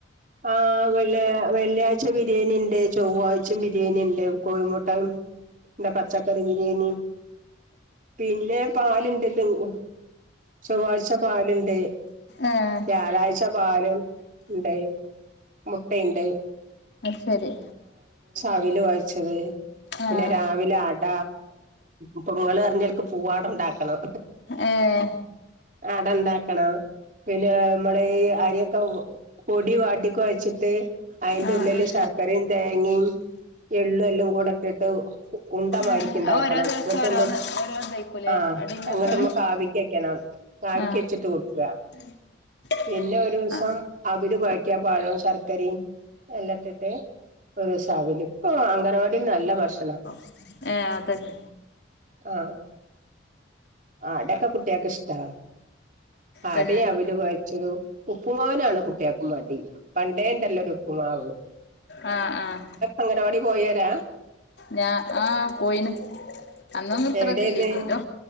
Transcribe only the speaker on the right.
ആ, വെള്ളയാ, വെള്ളിയാഴ്ച ബിരി ബിരിയാണി ഉണ്ട്. ചൊവ്വാഴ്ച്ചിം ബിരിയാണിണ്ട്. കോഴിമുട്ടയും പിന്നെ <unintelligible> പച്ചക്കറി ബിരിയാണി. പിന്നെ പാലുണ്ട് <inaudible> ചൊവ്വാഴ്ച പാലിണ്ട്.
വ്യാഴാഴ്ച പാലും ഉണ്ട്. മുട്ടിണ്ട്.
അവിൽ കുഴച്ചത്,
പിന്നെ രാവിലെ അട, ഇപ്പൊ ഇങ്ങള് ങ്ങക്ക് പൂവാടണ്ടാക്കണം.
അടണ്ടാക്കണം. പിന്നെ നമ്മള് ഈ അരിയൊക്കെ പൊടി വാട്ടി കൊഴച്ചിട്ട് അയിൻ്റെ
ഉള്ളില്
ശർ ക്കരിം തേങ്ങയും എളളും എല്ലാം കൂടെ ഇട്ട്ട്ട് ഉണ് - മാരിക്ക്
ഉണ്ടാക്കണം.
എന്നിട്ട്മ്മ്
ആ
എന്നിട്ട് നമ്മുക്ക് ആവിക്ക് വെക്കണം ആ. ആവിക്ക്
വെച്ചിട്ട് കൊടുക്കുക.
പിന്നെ ഒരു ദിവസം
അവ്ൽ കൊഴ ക്ക, പഴം ശർക്കരയും എല്ലാം ഇട്ടട്ട് ഒരുസം അവലും, ഇപ്പൊ അംഗൻവാടിൽ നല്ല ഭക്ഷ
ആ. അടക്കെ കുട്ടിയേക്ക് ഇഷ്ടാ. അടയും
അവല് കൊഴച്ചതും, ഉപ്പുമാവിനാണ് കുട്ടിയേക്ക് മടി. പണ്ടേ ഉണ്ടല്ലോ ഒരു ഉപ്പുമാവ്. ആവോ.
അംഗനവാടി പോയോരാ.
എവിടെന്ന്.